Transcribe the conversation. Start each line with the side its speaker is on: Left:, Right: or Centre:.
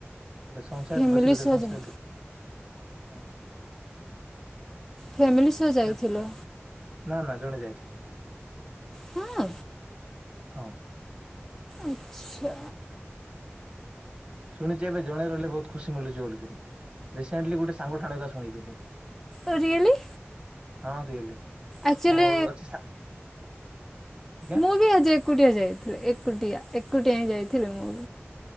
Right: ଗୋଟେ ସନ୍ ସେଟ୍
Centre: ଫ୍ୟାମିଲି
Right: ବସି ଗୋଟେ
Centre: ସହ
Right: ସନ୍
Centre: ଯାଇ
Right: ସେଟ୍ ଦେଖୁଥିଲି। ହଁ
Centre: ଫ୍ୟାମିଲି ସହ ଯାଇଥିଲ
Right: ସେଟ୍ ନା ନା <inaudible>
Centre: ହଁ
Right: ହଁ
Centre: ଆଛା
Right: ଶୁଣିଛି ଏବେ ଜଣେ ରହିଲେ ବହୁତ ଖୁସି ମିଳୁଛି ବୋଲିକରି ରିସେଣ୍ଟଲି ଗୋଟେ ସାଙ୍ଗଠାଣିକା ଶୁଣଥିଲି।
Centre: ଓ ରିଏଲି
Right: ହଁ ରିଏଲି
Centre: ଆକ୍ଚଲି
Right: ମୋର ଅଛି ସା ଆଜ୍ଞା
Centre: ମୁଁ ବି ଅଜି ଏକୁଟିଆ ଯାଇଥିଲେ ଏକୁଟିଆ ଏକୁଟିଆ ହିଁ ଯାଇଥିଲେ ମୁଁ